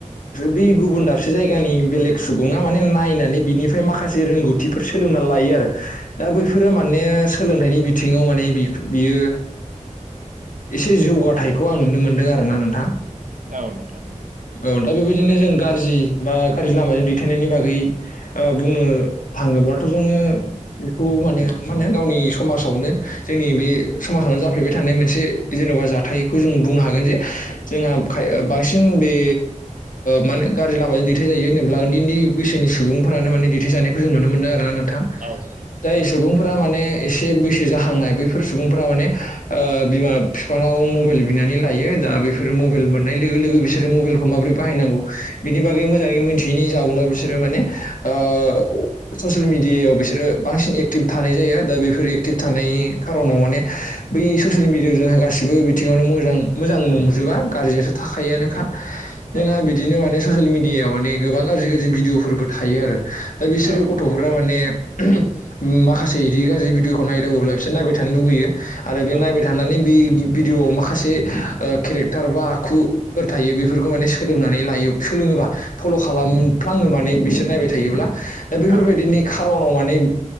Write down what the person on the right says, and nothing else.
औ नोंथां।
औ
औ
औ
औ
औ